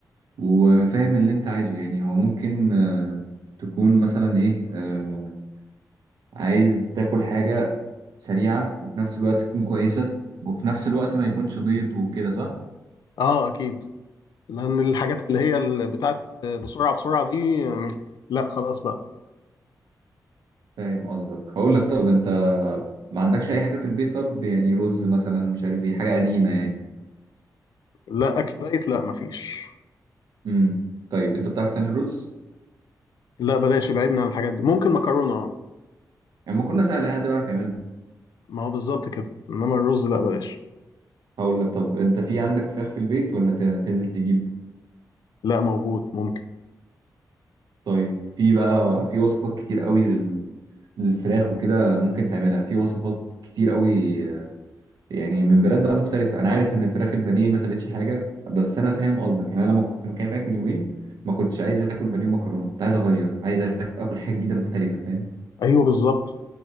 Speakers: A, on the right; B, on the left.
A: وفاهم اللي انت عايزه يعني هو ممكن آه، تكون مثلا ايه آه، عايز تاكل حاجة سريعة وفي نفس الوقت تكون كويسة وفي نفس الوقت ما يكونش بيض وكده صح؟
B: آه أكيد لأن الحاجات اللي هي اللي بتاعت آه، بسرعة بسرعة دي آم، لا خلاص بقى
A: فاهم قصدك هقول لك طب انت ما عندكش اي حاجة في البيت طب يعني رز مثلا مش عارف ايه حاجة قديمة يعني
B: لا اكل دايت لا مفيش
A: امم طيب انت بتعرف تعمل رز؟
B: لا بلاش ابعدنا عن الحاجات دي ممكن مكرونه اه
A: يعني ما كنا سهل اي حد بيعرف يعملها
B: ما هو بالظبط كده انما الرز لا بلاش
A: هقول لك طب انت في عندك فراخ في البيت ولا ت- تنزل تجيب
B: لا موجود ممكن
A: طيب في بقى في وصفات كتير قوي لل... للفراخ وكده ممكن تعملها في وصفات كتير قوي آه، يعني من بلاد بقى مختلفة أنا عارف إن فراخ البانيه ما سابتش حاجة بس أنا فاهم قصدك يعني أنا لما كنت مكانك من يومين ما كنتش عايز آكل بانيه ومكرونة كنت عايز أغير عايز آك- آكل حاجة جديدة مختلفة فاهم
B: ايوه بالظبط